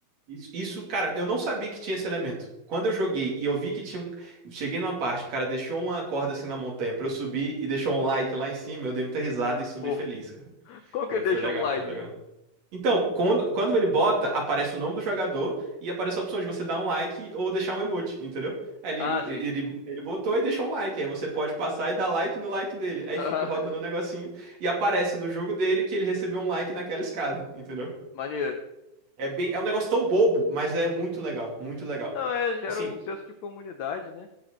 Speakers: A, on the right (about 50°); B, on the left (about 75°).
A: isso, isso, cara, eu não sabia que tinha esse elemento. Quando eu joguei e eu vi que tinha um. Cheguei numa parte, o cara deixou uma corda assim na montanha pra eu subir e deixou um like lá em cima, eu dei muita risada e subi
B: Fofo.
A: feliz, cara.
B: Como
A: Foi,
B: que ele
A: foi
B: deixou
A: legal,
B: um like?
A: foi legal. Então, quando, quando ele bota, aparece o nome do jogador e aparece a opção de você dar um like ou deixar um emote, entendeu? Aí
B: Ah,
A: Ele,
B: sim.
A: ele, ele botou e deixou um like. Aí você pode passar e dar like no like dele. Aí
B: Ah,
A: fica rodando
B: <laughs>
A: o negocinho e aparece no jogo dele que ele recebeu um like naquela escada, entendeu?
B: maneiro.
A: É bem, é um negócio tão bobo, mas é muito legal, muito legal.
B: Não, é, gera
A: Assim,
B: um senso de comunidade, né?